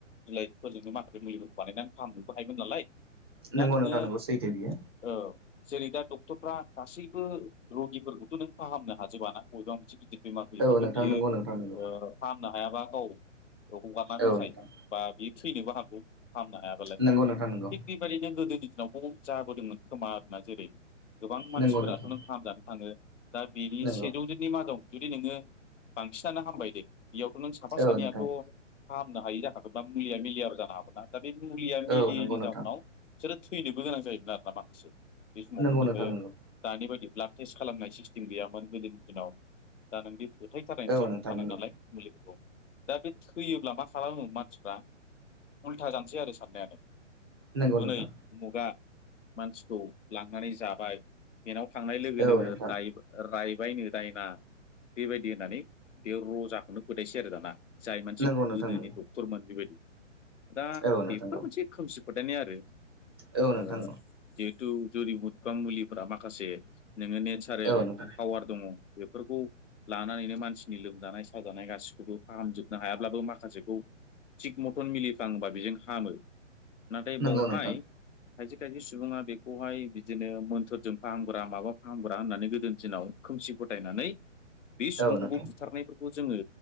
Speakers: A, on the left (about 70°); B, on the right (about 20°).
A: बिलाइफोरजोंनो माखासे मुलिफोरखौ बानायनानै फाहामनोबो हायोमोन नालाय। दा
B: नंगौ
A: नोङो,
B: नोंथां नंगौ सैथो बियो
A: औ। जेरै दा डक्ट'रफ्रा गासैबो रगिफोरखौथ' नों फाहामनो हाजोबाना। बबेबा मोनसे बेमार फैबाथ'
B: औ नोंथां
A: बियो
B: नंगौ नोंथां नंगौ
A: ओ फाहाम नो हायाबा गाव ओ हगारना होखायो
B: औ नोंथां
A: बा बे थैनोबो हागौ। फाहामनो हायाबालाय
B: नंगौ नोंथां नंगौ
A: थिग, बेबायदिनो गोदोनि दिनावबो जाबोदोंमोन खोमा आरोना। जेरै गोबां मानसिफोराथ'
B: नंगौ नोंथां
A: नों फाहामजानो थाङो। दा बिनि
B: नंगौ
A: सेजौजोननि मादाव जुदि नोङो बांसिनानो हामबाय दे। बेयावथ' नों साफा
B: औ
A: सानैयाथ'
B: नोंथां
A: फाहामनो हायि जाखागोन ना मुलिया मिलियाबो जानो हागौ ना, दा बे मुलिया मिलियैनि
B: औ नंगौ नोंथां
A: जाउनाव बिसोरो थैनोबो गोनां जायोमोन ना माखासे। बे समावथ'
B: नंगौ
A: नोङो
B: नोंथां नंगौ
A: दानि बायदि ब्लाड टेस्ट खालामनाय सिस्टिम गैयामोन गोदोनि दिनाव। दा नों बे फोथायथारनायनि
B: औ
A: सायावनो
B: नोंथां
A: थानाय
B: नंगौ
A: नालाय। दा बे थैयोब्ला मा खालामो मानसिफ्रा उल्था जानोसै आरो साननायानो।
B: नंगौ
A: हनै
B: नोंथां
A: उमुगा मानसिखौ लांनानै जाबाय, बेनाव थांनाय लोगो
B: औ
A: लोगो
B: नोंथां
A: दाय रायबायनो दायना, बेबायदि होननानै बे रजा खौनो फोथायसै आरो दाना। जाय मानसि
B: नंगौ नोंथां
A: गोदोनि डक्ट'रमोन बेबायदि। दा
B: औ नोंथां
A: बेफोर मोनसे खोमसि फोथायनाय आरो।
B: औ नोंथां
A: ओ जिहेथु जुरि हुदखां मुलिफोरा माखासे नोङो नेचारेल
B: औ नोंथां
A: पावार दङ। बेफोरखौ लानानैनो मानसिनि लोमजानाय साजानाय गासिखौबो फाहामजोबनो हायाब्लाबो माखासेखौ थिग मथन मिलिफ्लांबा बेजों हामो। नाथाय
B: नंगौ
A: बावहाय
B: नोंथां
A: खायसे खायसे सुबुङा बेखौहाय बिदिनो मोन्थोरजों फाहामग्रा, माबा फाहामग्रा होननानै गोदोनि दिनाव खोमसि फोथायनानै बे सुबुंखौबो
B: औ नोंथां
A: बुथारनायफोरखौ जोङो